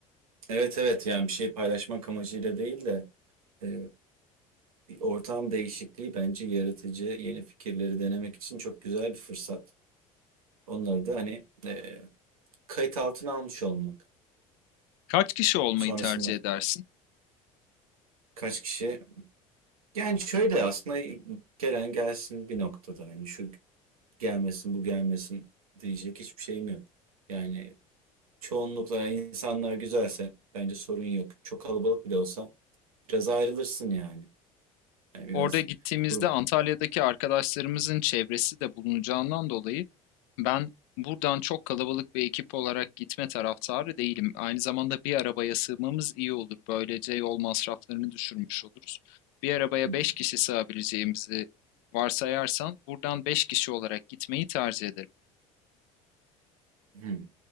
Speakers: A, on the right; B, on the left.
A: Evet evet yani bir şey paylaşmak amacıyla değil de e, bir ortam değişikliği bence yaratıcı yeni fikirleri denemek için çok güzel bir fırsat. Onları da hani e, kayıt altına almış olmak.
B: Kaç kişi olmayı
A: Sonrasında
B: tercih edersin?
A: kaç kişi yani şöyle aslında gelen gelsin bir noktada yani şu gelmesin bu gelmesin diyecek hiçbir şeyim yok. Yani çoğunlukla insanlar güzelse bence sorun yok. Çok kalabalık bile olsa biraz ayrılırsın yani. Yani biraz
B: Orada gittiğimizde
A: grup
B: Antalya'daki arkadaşlarımızın çevresi de bulunacağından dolayı ben buradan çok kalabalık bir ekip olarak gitme taraftarı değilim. Aynı zamanda bir arabaya sığmamız iyi olur. Böylece yol masraflarını düşürmüş oluruz. Bir arabaya
A: hmm,
B: 5 kişi sığabileceğimizi varsayarsan buradan 5 kişi olarak gitmeyi tercih ederim.
A: hmm,